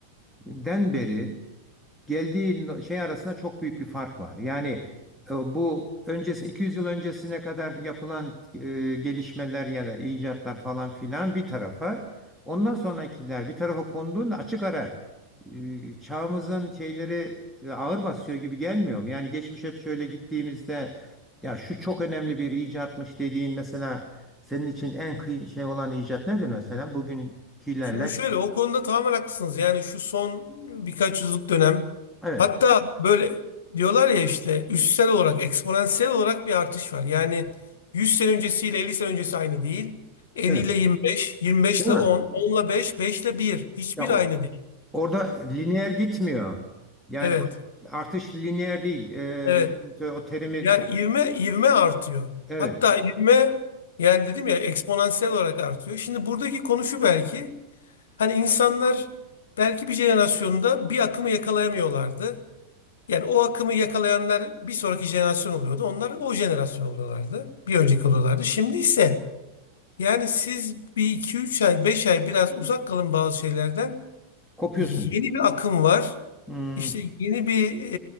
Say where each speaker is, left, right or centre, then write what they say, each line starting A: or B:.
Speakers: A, in the centre; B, on the left.
A: den beri geldiği no- şey arasında çok büyük bir fark var. Yani e, bu öncesi 200 yıl öncesine kadar yapılan e, gelişmeler ya da icatlar falan filan bir tarafa, ondan sonrakiler bir tarafa konduğunda açık ara e, çağımızın şeyleri e, ağır basıyor gibi gelmiyor mu? Yani geçmişe şöyle gittiğimizde ya şu çok önemli bir icatmış dediğin mesela senin için en kıy şey olan icat nedir mesela? Bugünkülerle.
B: Şimdi şöyle o konuda tamamen haklısınız. Yani şu son birkaç yüzyıllık dönem
A: Evet.
B: hatta böyle diyorlar ya işte üstsel olarak eksponansiyel olarak bir artış var. Yani 100 sene öncesiyle 50 sene öncesi aynı değil. 50
A: Evet.
B: ile 25, 25
A: Değil
B: ile
A: mi?
B: 10, 10 ile 5, 5 ile 1. Hiçbir
A: Ya o-
B: aynı değil.
A: Orada lineer gitmiyor. Yani
B: Evet,
A: artış lineer değil.
B: evet.
A: Ee, o terimi
B: Yani ivme ivme artıyor.
A: evet
B: Hatta ivme yani dedim ya eksponansiyel olarak artıyor. Şimdi buradaki konu şu belki. Hani insanlar belki bir jenerasyonda bir akımı yakalayamıyorlardı. Yani o akımı yakalayanlar bir sonraki jenerasyon oluyordu. Onlar o jenerasyon oluyorlardı. Bir önceki oluyorlardı. Şimdi ise yani siz bir iki üç ay, 5 ay biraz uzak kalın bazı şeylerden.
A: kopuyorsun.
B: Yeni bir akım var.
A: Hmm,
B: İşte yeni bir